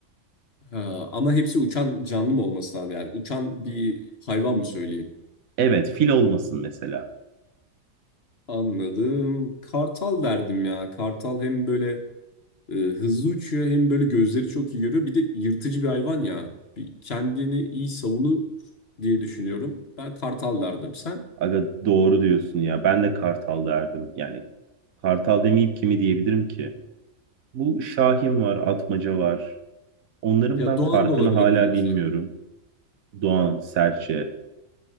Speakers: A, on the left; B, on the right.
A: Ha, ama hepsi uçan canlı mı olması lazım yani? Uçan bir hayvan mı söyleyeyim?
B: Evet, fil olmasın mesela.
A: Anladım. Kartal derdim ya. Kartal hem böyle e, hızlı uçuyor hem böyle gözleri çok iyi görüyor. Bir de yırtıcı bir hayvan ya. Bir kendini iyi savunur diye düşünüyorum. Ben kartal derdim. Sen?
B: Aga doğru diyorsun ya. Ben de Kartal derdim. Yani Kartal demeyip kimi diyebilirim ki? Bu Şahin var, Atmaca var. Onların
A: Ya
B: ben
A: doğan
B: farkını
A: da olabilir
B: hala
A: belki.
B: bilmiyorum. Doğan, Serçe.